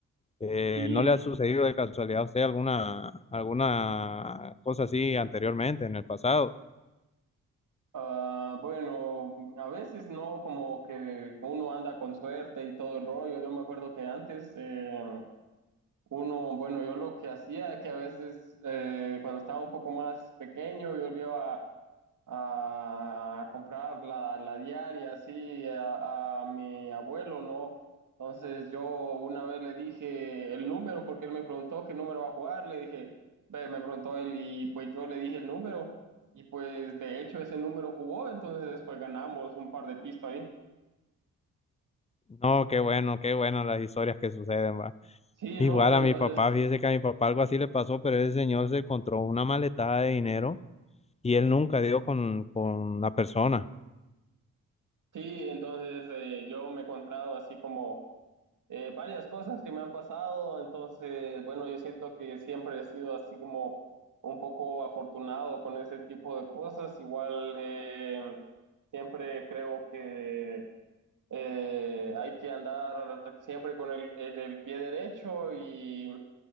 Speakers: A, on the left; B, on the right.
A: Eh,
B: sí.
A: ¿no le ha sucedido de casualidad a usted alguna, alguna cosa así anteriormente, en el pasado?
B: Ah, bueno, a veces no, como que uno anda con suerte y todo el rollo. Yo me acuerdo que antes, eh, uno, bueno, yo lo que hacía, que a veces eh, cuando estaba un poco más pequeño, yo le iba a comprar la, la diaria así a, a mi abuelo, ¿no? Entonces yo una vez le dije el número porque él me preguntó qué número va a jugar, le dije, ve, me preguntó él y pues yo le dije el número y pues de hecho ese número jugó, entonces pues ganamos un par de pistas ahí.
A: No, qué bueno, qué bueno las historias que suceden, va.
B: Sí,
A: Igual
B: no, entonces
A: a mi papá, fíjese que a mi papá algo así le pasó, pero ese señor se encontró una maletada de dinero y él nunca dio con, con la persona.
B: Sí, entonces eh, yo me he encontrado así como eh, varias cosas que me han pasado, entonces, bueno, yo siento que siempre he sido así como un poco afortunado con ese tipo de cosas, igual eh, siempre creo que eh, hay que andar siempre con el, el- el pie derecho y,